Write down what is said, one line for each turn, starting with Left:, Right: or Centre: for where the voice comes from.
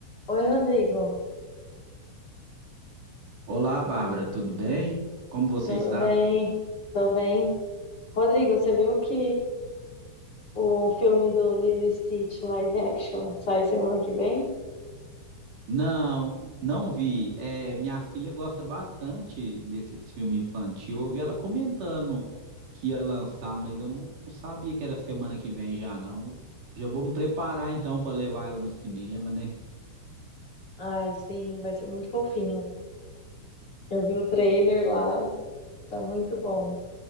Left: Oi, Rodrigo.
Right: Olá, Bárbara, tudo bem? Como você
Left: Tudo
Right: está?
Left: bem? Tô bem. Rodrigo, você viu que o filme do Lilo e Stitch live action sai semana que vem?
Right: Não, não vi. É, minha filha gosta bastante desses filmes infantil. Eu ouvi ela comentando que ia lançar, mas eu não, não sabia que era semana que vem já, não. Já vou me preparar então para levar ela no cinema, né?
Left: Ai, sim, vai ser muito fofinho. Eu vi o trailer lá, tá muito bom.